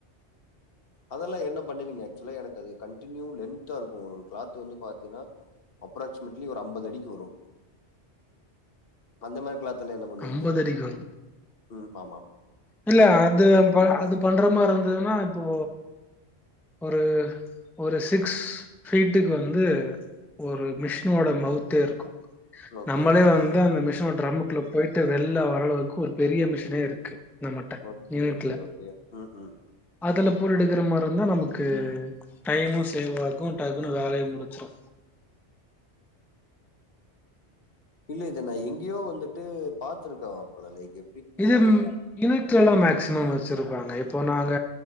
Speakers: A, on the left; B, in the centre.
A: அதெல்லா என்ன பண்ணுவீங்க ஆக்சுலா எனக்கு அது கண்டின்யூ லென்த்தா இருக்கு க்ளாத் வந்து பாத்தீன்னா அப்ராக்சிமெட்லி ஒரு அம்பது அடிக்கு வரூ அந்த மாரி காலாத் கல்யாணம் பண்ணுவீங்க
B: அம்பது அடிக்கு வரு
A: ம் ஆமா
B: இல்ல அது அப்ப அது பண்ற மார் இருந்ததுன்னா இப்போ ஒரு ஒரு சிக்ஸ் ஃபீட்டுக் வந்து ஒரு மிஷ்னோட மவ்த்தே இருக்கு
A: ஓகே
B: நம்மளே வந்து அந்த மிஷ்னோ டிரம்மு ள்ல போய்ட்டு வெள்ள வரளவுக்கு ஒரு பெரிய மிஷனே இருக்கு நம்மட்ட
A: ஓகே
B: யூனிட்ல
A: ஓகே ஓகே ம் ம்
B: அதுல போல் எடுக்கற மார் இருந்தா நமக்கு டைமு சேவ் ஆகு டகுனு வேலையு முடுச்சுரு
A: இல்ல இது நா எங்கியோ வந்துட்டு பாத்துருக்கே மாப்பல லைக்கு
B: இது ம் யுனிட்ல எலா மேக்சிமம் வச்சிருப்பாங்க இப்போ நாங்க